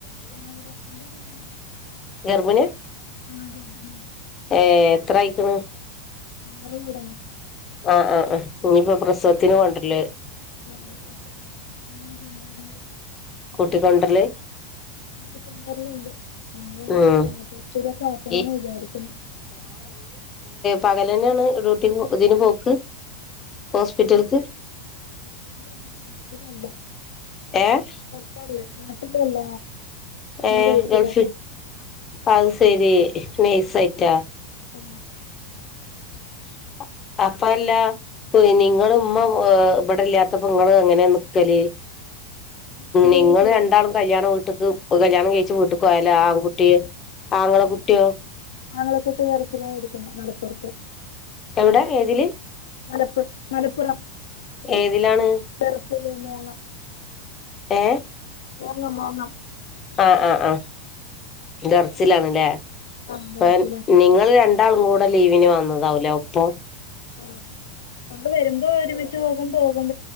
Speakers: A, on the left; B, on the left.
A: ആ ഇവിടെ എന്റെ കൂടെണ്ട്
B: ഗർഭണിയ
A: ആഹ ഗർഭണിയ
B: ഏ എത്രയിക്കണ്
A: ആറു തുടങ്ങി
B: ആ ആ ആ ഇനിയിപ്പോ പ്രസവത്തിന് കോണ്ട്രല്
A: ആഹ എനിക്ക്ട്ടണ്ട ആഹ കൊണ്ടർന്ന
B: കൂട്ടികൊണ്ടുരല്
A: കൂട്ടി കോണ്ട്രല് ഇണ്ട് അത്
B: ഉം
A: ആ കൊച്ചലൊക്കെ ആക്കണംന്ന്
B: ഈ
A: വിചാരിക്കുന്നു <unintelligible>
B: പകലന്നാണ് ഡ്യൂട്ടിക്ക് തിന്പോക്ക് ഹോസ്പിറ്റൽക്ക്
A: ഞാന് ന്റെ നാട്ടിലല്ല
B: ഏഹ്
A: പൊറത്താള്ളത് നാട്ടിലല്ല നമ്മൾ
B: ഏ..
A: ഗൾഫിലാ
B: ഗൾഫിൽ അയ് ശെരി നേഴ്സായിട്ടോ..?
A: ആ...
B: <inaudible> അപ്പഅല്ലാ പൊയ്ണ് നിങ്ങളുമ്മ ഇവടില്ലാതപ്പോ ഇങ്ങളെങ്ങാനാ നിക്കല്
A: എന്റെ
B: നിങ്ങള്
A: വീട്ടിലേ
B: രണ്ടാളും കല്യാണം വീട്ട് ഒ പ്പകല്യാണംകയ്ച്ച വീട്ട്ക് പോയാല് ആ ആൺകുട്ടിയോ ആങ്ങളകുട്ടിയോ
A: ആങ്ങളകുട്ടി ദറസ് ലാ പഠിക്കുന്ന മലപ്പുറത്‌
B: എവിടെ ഏതില്
A: മലപ്പു മലപ്പുറം
B: ഏതിലാണ്
A: ദറസ് ല് മോങ്ങം
B: എ
A: മോങ്ങം മോങ്ങം
B: അ അ അ ദറ്സ് ലാണ്ലെ
A: ആ
B: പ്പ
A: ദർസിലാ
B: നിങ്ങള് രണ്ടാ ണ്ടാളുംകൂടെ ലീവിന് വന്നതാവുലേഒപ്പം.
A: അ. ഞങ്ങള് വരുമ്പോ ഒരുമിച്ച്പോവും പോവു